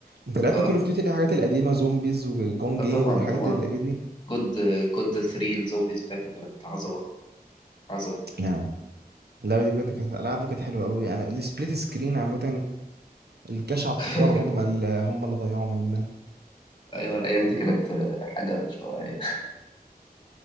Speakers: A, on the right; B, on the left.
A: انت لعبت
B: اه
A: كول اوف ديوتي اللي هي الحاجات القديمه زومبيز وجون
B: اه
A: جيم
B: طبعا
A: والحاجات
B: طبعا
A: اللي دي
B: كود كود 3 الزومبيز بتاعتها كانت عظمه عظمه
A: لا اللعبه دي بجد كانت اللعبه دي كانت حلوه قوي يعني السبليت سكرين عامه الجشع التجار
B: <laughs>
A: هم اللي هم اللي ضيعوا مننا
B: ايوه الايام دي كانت آه، حاجه مش طبيعيه